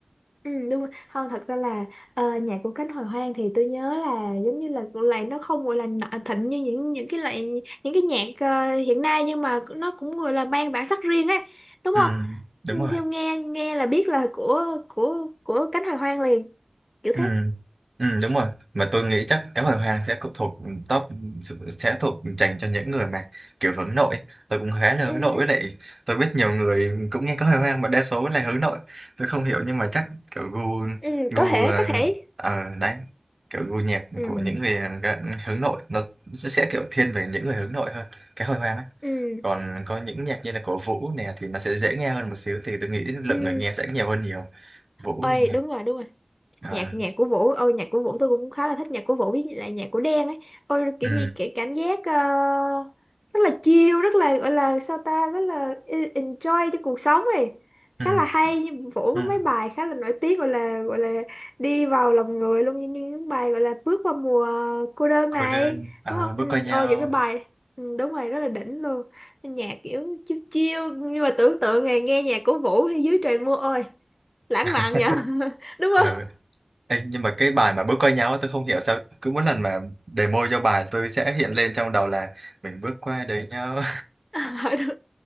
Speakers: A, on the left; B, on the right.
A: ừ đúng rồi không thật ra là ờ, nhạc của Cánh Hồi Hoang thì tôi nhớ là giống như là lại nó không gọi là nọ- thịnh như những những cái loại những cái nhạc ờ, hiện nay nhưng mà nó cũng gọi là mang bản sắc riêng ấy đúng
B: ừ,
A: không
B: đúng rồi
A: nghe nghe nghe là biết là của của của Cánh Hồi Hoang liền kiểu
B: Ừ.
A: thế
B: Ừ, đúng rồi mà tôi nghĩ chắc cá hồi hoang sẽ cũng thuộc top sẽ thuộc dành cho những người mà kiểu hướng nội tôi cũng khá là
A: ừ
B: hướng nội
A: hử.
B: với lại tôi biết nhiều người cũng nghe cá hồi hoang mà đa số là hướng nội tôi không hiểu nhưng mà chắc kiểu gu
A: ừ
B: gu
A: có thể
B: ờ,
A: có thể
B: ờ, đấy kiểu gu nhạc
A: ừ
B: của những người gần- hướng nội nó sẽ kiểu thiên về những người hướng nội hơn cá hồi hoang ấy
A: ừ
B: còn có những nhạc như là của Vũ nè thì nó sẽ dễ nghe hơn một xíu thì tôi nghĩ lượng
A: ừ
B: người nghe sẽ nhiều hơn nhiều Vũ
A: ôi
B: nè
A: đúng rồi đúng
B: Ờ,
A: nhạc nhạc của Vũ ôi nhạc của Vũ tôi cũng khá là thích nhạc của Vũ với lại nhạc của Đen ấy ôi kiểu
B: ừ.
A: như cái cảm giác ờ, rất là chill rất là gọi là sao ta rất là e- enjoy cho cuộc sống ấy khá
B: Ừ.
A: là hay nhưng Vũ
B: à,
A: có mấy bài khá là nổi tiếng gọi là gọi là đi vào lòng người luôn như như những bài gọi là bước vào mùa cô đơn
B: cô
A: này
B: đơn à,
A: đúng không
B: bước
A: ừ,
B: qua nhau
A: ôi những cái bài ừ, đúng rồi rất là đỉnh luôn nhạc kiểu chill chill nhưng mà tưởng tượng ngày nghe nhạc của Vũ thì dưới trời mưa ôi lãng
B: <laughs>
A: mạn vậy <laughs> đúng
B: ừ.
A: không
B: Ê, nhưng mà cái bài mà bước qua nhau á, tôi không hiểu sao cứ mỗi lần mà demo cho bài tôi sẽ hiện lên trong đầu là mình bước qua đời nhau
A: <laughs> Ờ, đúng